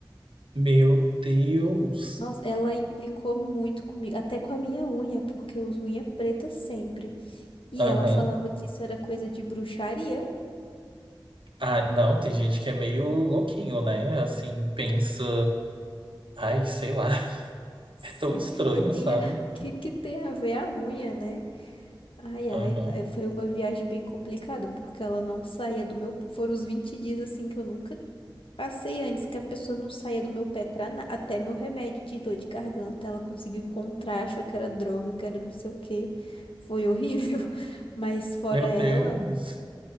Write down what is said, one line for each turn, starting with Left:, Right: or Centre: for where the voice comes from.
Right: Meu Deus.
Left: Nossa, ela implicou muito comigo, até com a minha unha, porque eu uso unha preta sempre. E
Right: Aham.
Left: ela falava que isso era coisa de bruxaria.
Right: Ah, não, tem gente que é meio louquinho, né? Assim, pensa, ai, sei lá, <laughs>
Left: Sim,
Right: é tão estranho,
Left: o que que tem
Right: sabe?
Left: a, <laughs> o que que tem a ver a unha, né? Ai, ai,
Right: Aham.
Left: é, foi uma viagem bem complicada, porque ela não saía do meu pé. Foram os 20 dias assim que eu nunca passei antes, que a pessoa não saía do meu pé pra nada. Até meu remédio de dor de garganta, ela conseguiu encontrar, achou que era droga, que era não sei o quê. Foi horrível. <laughs> Mas fora
Right: Meu
Left: ela,
Right: Deus.